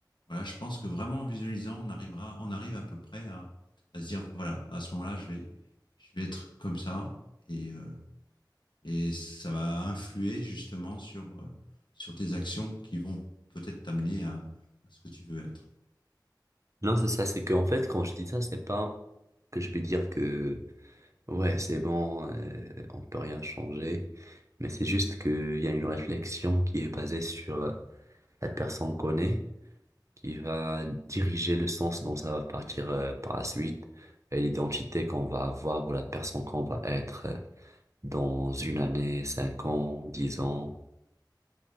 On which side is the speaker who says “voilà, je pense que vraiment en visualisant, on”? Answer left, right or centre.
Left